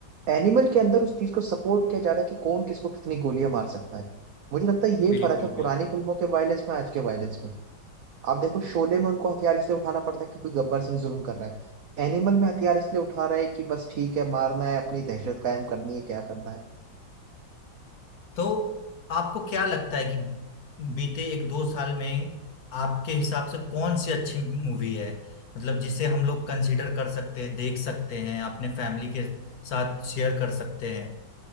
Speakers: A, on the right; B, on the left.
A: एनिमल के अंदर उस चीज को सपोर्ट किया जा रहा है कि कौन किसको कितनी गोलियां मार सकता है मुझे लगता है ये
B: बिल्कुल
A: फर्क है पुरानी
B: बिल्कुल
A: फिल्मों के वायलेंस में आज के वायलेंस में आप देखो शोले में उनको हथियार इसलिए उठाना पड़ता है क्योंकि गब्बर सिंह जुल्म कर रहा है एनिमल में हथियार इसलिए उठा रहा है कि बस ठीक है मारना है अपनी दहशत कायम करनी है क्या करना है
B: तो आपको क्या लगता है कि बीते एक दो साल में आपके हिसाब से कौन सी अच्छी मूवी है मतलब जिसे हम लोग कंसीडर कर सकते हैं देख सकते हैं अपने फैमिली के साथ शेयर कर सकते हैं